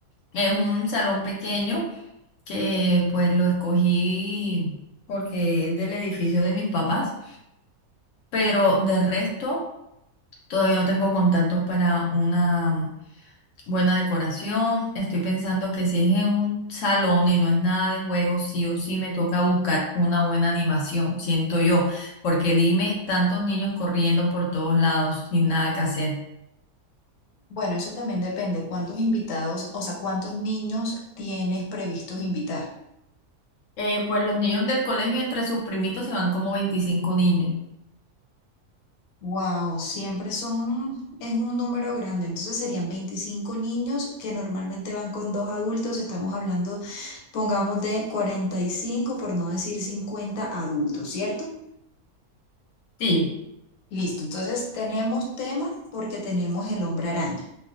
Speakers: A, on the left (about 70°); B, on the left (about 80°).
A: es un salón pequeño que pues lo escogí porque es del edificio de mis papás, pero de resto todavía no tengo contactos para una Buena decoración. Estoy pensando que si es en un salón y no es nada de juegos, sí o sí me toca buscar una buena animación, siento yo, porque dime, tantos niños corriendo por todos lados sin nada que hacer.
B: Bueno, eso también depende. ¿Cuántos invitados, o sea, cuántos niños tienes previstos invitar?
A: Eh, pues los niños del colegio entre sus primitos se van como veinticinco niños.
B: Wow, siempre son, es un número grande. Entonces serían 25 niños que normalmente van con dos adultos. Estamos hablando, pongamos, de 45, por no decir 50 adultos, ¿cierto?
A: Sí,
B: Listo. Entonces tenemos tema porque tenemos el hombre araña.